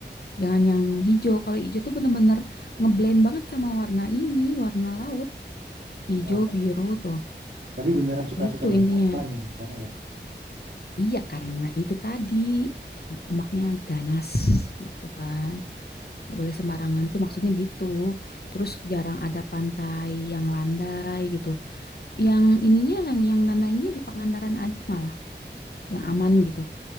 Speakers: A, on the left; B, on the right.
A: Jangan yang hijau. Kalau hijau tuh bener-bener ngeblend banget sama warna ini, warna laut. Hijau,
B: Oh,
A: biru tuh.
B: tapi beneran suka-suka
A: Gitu
B: banyak
A: intinya.
B: kotanya di sana ya.
A: Iya, karena itu tadi omaknya ganas gitu kan. Gak boleh sembarangan tuh maksudnya gitu. Terus jarang ada pantai yang landai gitu. Yang ininya yang, yang landainya di Pangandaran aja malah, yang aman gitu.